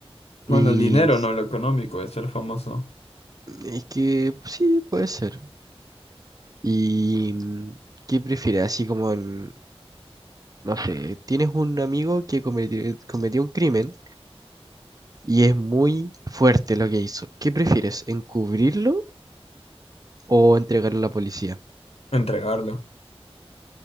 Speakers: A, on the left; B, on the right.
A: Bueno,
B: Y
A: el dinero,
B: s-
A: no, lo económico, de ser famoso.
B: es que sí, puede ser. ¿Y mm, qué prefieres? Así como en no sé, tienes un amigo que cometió, cometió un crimen y es muy fuerte lo que hizo. ¿Qué prefieres, encubrirlo o entregarlo a la policía?
A: Entregarlo.